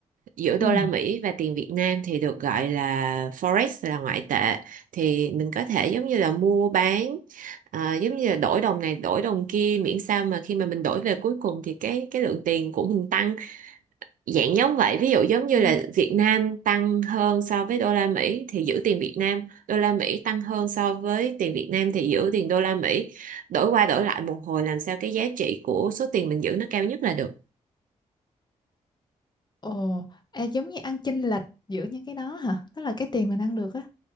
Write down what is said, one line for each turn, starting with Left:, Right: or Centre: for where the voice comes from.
Right: giữa đô
Left: Ừ.
Right: la Mỹ và tiền Việt Nam thì được gọi là forex là ngoại tệ thì mình có thể giống như là mua bán ờ, giống như là đổi đồng này đổi đồng kia miễn sao mà khi mà mình đổi về cuối cùng thì cái cái lượng tiền của mình tăng dạng giống vậy ví dụ giống
Left: Ừ.
Right: như là Việt Nam tăng hơn so với đô la Mỹ thì giữ tiền Việt Nam đô la Mỹ tăng hơn so với tiền Việt Nam thì giữ tiền đô la Mỹ đổi qua đổi lại một hồi làm sao cái giá trị của số tiền mình giữ nó cao nhất là được
Left: Ồ, à, giống như ăn chênh lệch giữa những cái đó hả? Đó là cái tiền mình ăn được á.